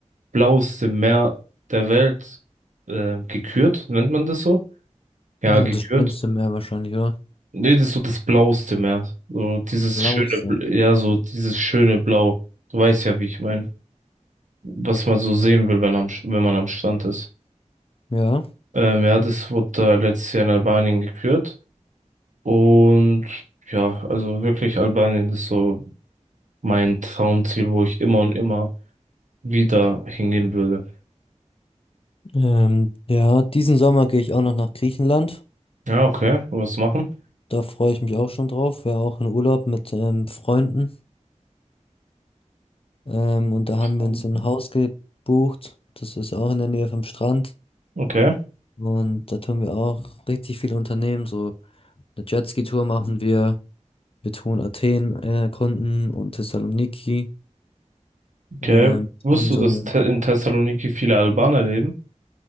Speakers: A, on the right (about 80°); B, on the left (about 50°).
A: blaueste Meer der Welt ähm, gekürt, nennt man das so? Ja,
B: Ja,
A: gekürt.
B: das schönste Meer wahrscheinlich, oder?
A: Nee, das ist so das blaueste Meer. So dieses
B: Lausitz.
A: schöne, Bl- ja, so dieses schöne Blau. Du weißt ja, wie ich meine, was man so sehen will, wenn, am, wenn man am Strand ist.
B: Ja,
A: Ähm, ja, das wurde da letztes Jahr in Albanien gekürt. Und ja, also wirklich Albanien ist so mein Traumziel, wo ich immer und immer wieder hingehen würde.
B: ähm, ja, diesen Sommer gehe ich auch noch nach Griechenland.
A: Ja, okay. Was machen?
B: Da freue ich mich auch schon drauf. Wäre auch in Urlaub mit ähm, Freunden. Ähm, und da haben
A: Ähm,
B: wir uns so ein Haus gebucht. Das ist auch in der Nähe vom Strand.
A: Okay,
B: Und da tun wir auch richtig viel unternehmen. So eine Jetski-Tour machen wir. Wir tun Athen äh, erkunden und Thessaloniki.
A: okay.
B: Ähm,
A: Wusstest
B: und
A: du,
B: so
A: dass
B: eine.
A: Te in Thessaloniki viele Albaner leben?